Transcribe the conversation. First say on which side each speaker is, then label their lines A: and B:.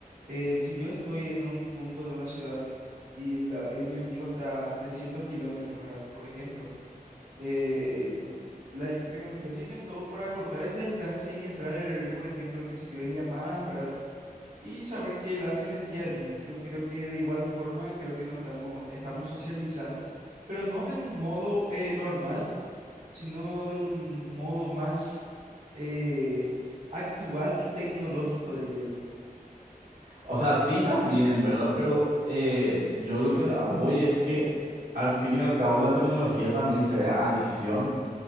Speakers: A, on the right; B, on the right.
A: eh, si yo estoy en un punto de una ciudad y, la- y mi amigo está a 300 kilómetros, ¿verdad? Por ejemplo, eh, la tecnología se inventó para cortar esa distancia y entrar, por ejemplo, qué sé yo, en llamadas, ¿verdad? y saber qué él hace en el día a día. Yo creo que de igual forma, creo que nos estamos, estamos socializando, pero no de un modo eh, normal, sino de un modo más eh, actual y tecnológico, diría yo.
B: O sea, sí también, ¿verdad? Pero eh, yo lo que a- voy es que al fin y al cabo la tecnología también crea adicción.